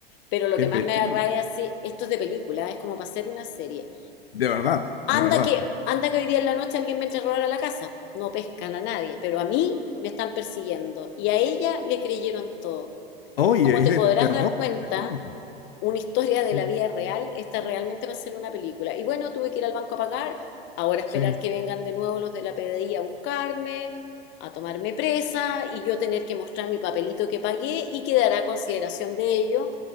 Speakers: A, on the left; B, on the left.
A: Pero lo
B: qué
A: que más
B: peligro.
A: me da rabia es si esto es de película, es como para hacer una serie.
B: De verdad,
A: Anda
B: de verdad.
A: que, anda que hoy día en la noche alguien me entre a robar a la casa. No pescan a nadie, pero a mí me están persiguiendo. Y a ella le creyeron todo.
B: Oye,
A: Como te
B: es de
A: podrás
B: terror
A: dar cuenta,
B: lo que me cuentas.
A: una historia
B: Sí,
A: de la vida real está realmente para ser una película. Y bueno, tuve que ir al banco a pagar, ahora esperar
B: sí.
A: que vengan de nuevo los de la PDI a buscarme, a tomarme presa y yo tener que mostrar mi papelito que pagué y quedará a consideración de ellos